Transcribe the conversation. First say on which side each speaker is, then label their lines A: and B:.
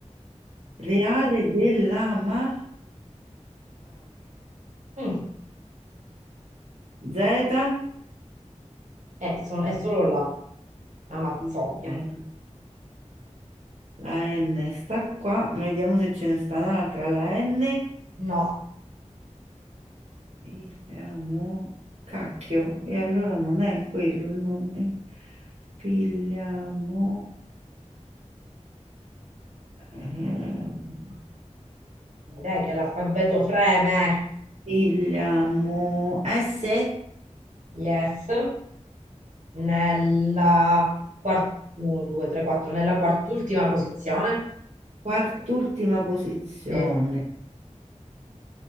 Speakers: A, on the right; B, on the right.
A: Reale dell'Amazzonia.
B: Mm,
A: Z.
B: eh, sono- è solo la Amazzonia.
A: Ok. La N sta qua. Vediamo se ce ne sta un'altra. La N.
B: No,
A: Pigliamo... Cacchio. E allora non è quello il nome. Pigliamo... Ehm,
B: dai che l'alfabeto freme.
A: pigliamo S,
B: Yes, nella quart- uno, due, tre, quattro, nella quart'ultima posizione.
A: quart'ultima posizione.
B: Sì.